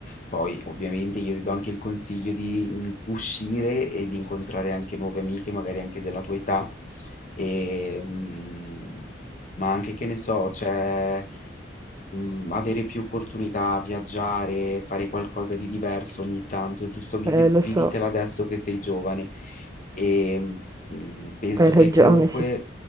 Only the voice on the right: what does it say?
Eh, lo
so,
hai ragione,
sì.